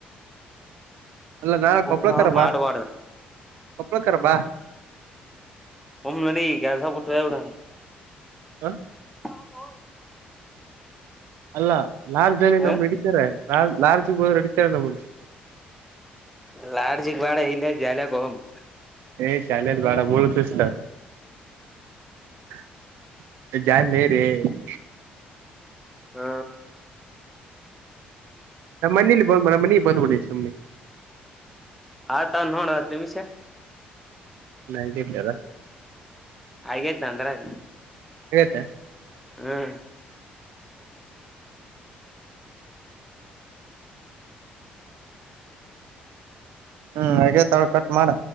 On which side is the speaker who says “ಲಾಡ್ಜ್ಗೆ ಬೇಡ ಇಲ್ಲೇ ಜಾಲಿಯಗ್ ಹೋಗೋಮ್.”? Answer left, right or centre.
Centre